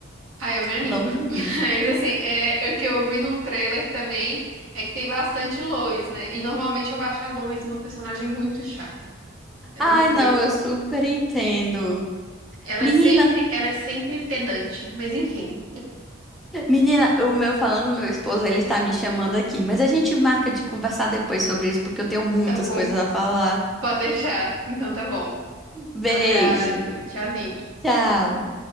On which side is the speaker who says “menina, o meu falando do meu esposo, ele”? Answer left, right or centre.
Centre